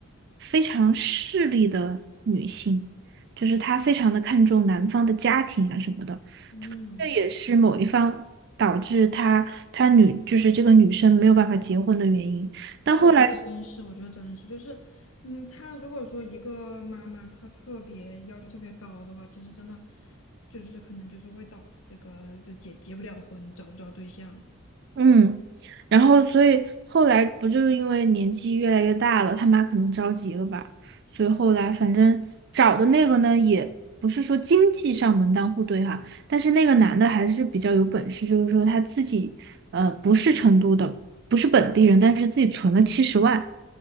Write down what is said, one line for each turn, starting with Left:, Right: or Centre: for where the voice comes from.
Right: 非常势利的女性，就是她非常的看重男方的家庭啊什么的，
Left: 嗯，
Right: 这也是某一方导致她她女就是这个女生没有办法结婚的原因。但后来。
Left: 哎，我觉得真是，我觉得真是，就是，嗯，他如果说一个妈妈她特别要求特别高的话，其实真的就是可能就是会导致这个就结结不了婚，找不着对象。
Right: 嗯，然后所以后来不就是因为年纪越来越大了，他妈可能着急了吧，所以后来反正找的那个呢，也不是说经济上门当户对哈，但是那个男的还是比较有本事，就是说他自己呃不是成都的，不是本地人，但是自己存了七十万，